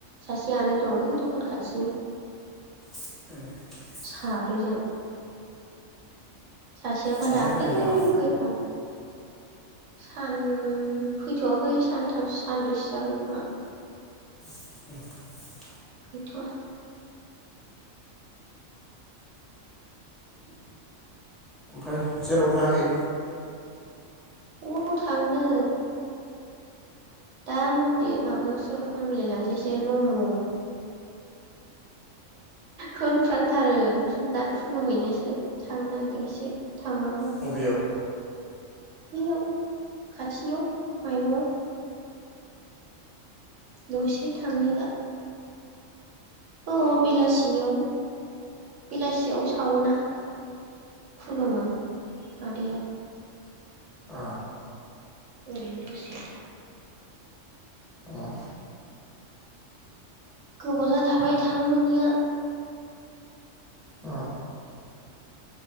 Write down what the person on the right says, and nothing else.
सासे आनै दं ओइ द'खान खाथिनि।
साब्रैजों सासेया हबा
दाख्लै
फैफानो सान फैथ'वाखै सानथामसो सानब्रैसो जाबाय खोमा।
गैथ'आ। उम
अबाव थांनो दा मन्दिर माबायावसो हमलायलांसैसो नम' होनफ्रांथारो जों दा खुलुमहैनोसो थांनो नागिरदों एसे। थांनांगौ।
बैयाव खाथिनियाव। माइग दसे थांनि दा। औ बेलासिनियाव बेलासियाव सावोना खुलुमो मादैया।
ओरैनो दसे।
गोबाव जाथारबाय थांनो मोनैया।